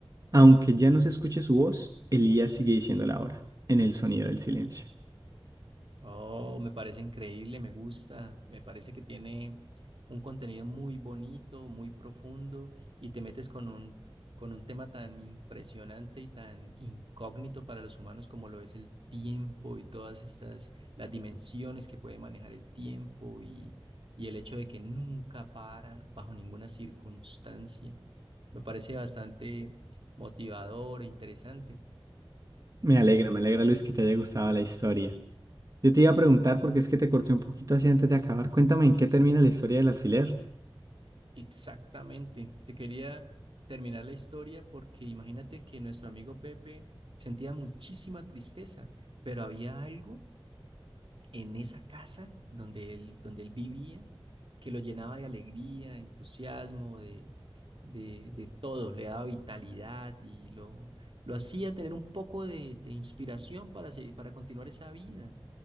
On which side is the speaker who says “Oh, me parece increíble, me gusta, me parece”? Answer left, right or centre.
Right